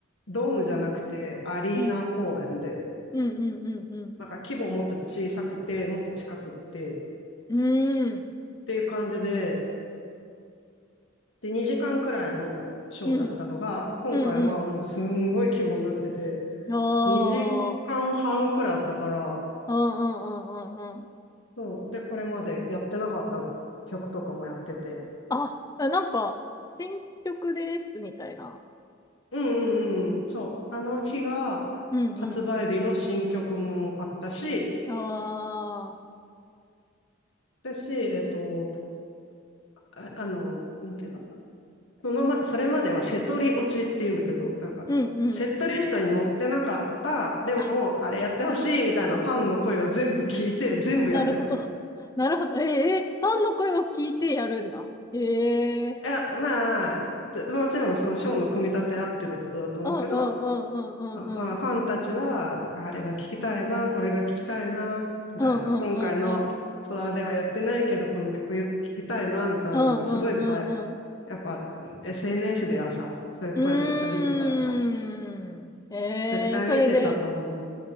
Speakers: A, on the left (about 75°); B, on the left (about 20°).
A: ドームじゃなくて、アリーナ公演で、
B: うん、うん、うん、うん、うん。
A: なんか規模もっと小さくて、もっと近くって、っ
B: うん、
A: ていう感じで、で、2時間くらいのショーだったのが、
B: うん、
A: 今回はもうすんごい規模になってて、
B: うん、うん。おー、
A: 2時間半くらいあったから、
B: うん、うん、うん、うん。うん
A: そう、で、これまでやってなかった曲とかもやってて、
B: あ、あなんか、新曲です、みたいな。
A: うんうんうん。そう。あの日が
B: うん、
A: 発売日の新曲もあったし、
B: うん。ああ、
A: だし、えっと、あ、あの、なんていうのそのま、それまではセトリ落ちっていうんだけど、なんか、
B: うん、うん。
A: セットリストに載ってなかった、でも、
B: あ、
A: あれやってほしいみたいなファンの声を全部聞いて、全部やってたの。
B: なるほど。なるほど。えええファンの声を聞いてやるんだ。ええ
A: いや、まあ、でもちろんそのショーの組み立てあってのことだと思うけど、
B: うんうんうんうんうんうん。
A: あまあ、ファンたちは、あれが聞きたいな、これが聞きたいな、みたいな、
B: うんうんうんうん。
A: 今回のツアーではやってないけど、この曲聞きたいな、みたいなのがすごいいっぱい、
B: うんうんうんうん。
A: やっぱ SNS ではさ、そういう声をめっちゃ見るからさ、
B: うーん。ええそれで
A: 絶対見てたと思